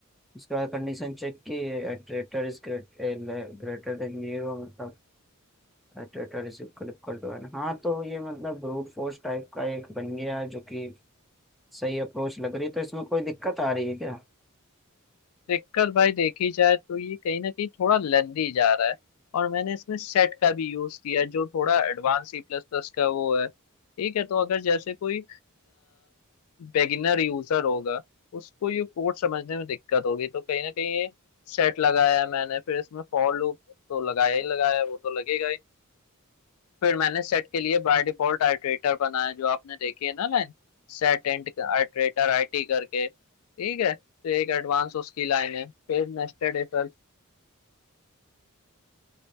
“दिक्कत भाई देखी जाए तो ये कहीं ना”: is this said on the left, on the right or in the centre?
Left